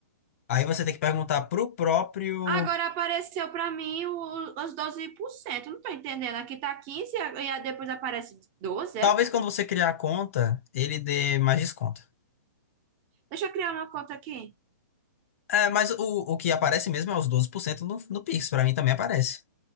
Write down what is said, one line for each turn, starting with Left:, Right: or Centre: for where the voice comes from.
Left: Aí você tem que perguntar pro próprio.
Right: agora apareceu pra mim o- os 12%. Não tô entendendo. Aqui tá 15 e a- e a- depois aparece 12.
Left: Talvez
Right: é?
Left: quando você criar a conta, ele dê mais desconto.
Right: Deixa eu criar uma conta aqui.
Left: É, mas o, o que aparece mesmo é os 12% no, no Pix. Pra mim também aparece.